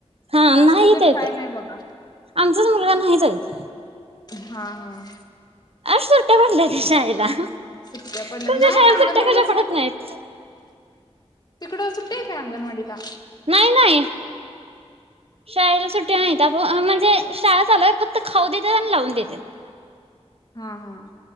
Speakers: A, on the right; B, on the left.
A: हा
B: नाश्ता
A: नाही इथं
B: तेन
A: येत
B: काही नाही बघा.
A: आमचाच मुलगा नाही जाईत.
B: हां हां.
A: आज सुट्ट्या पडल्या की शाळेला तुमच्या
B: सुट्ट्या पडल्यात नाही
A: शाळेला
B: अंगणवाडीला
A: सुट्ट्या कशा पडत नाहीत.
B: तिकड सुट्टी हाय काय अंगनवाडीला
A: नाही नाही शाळेला सुट्टी. नाही म्हणजे शाळा चालू आहे फक्त खाऊ देतात आणि लावून देतात.
B: हां हां.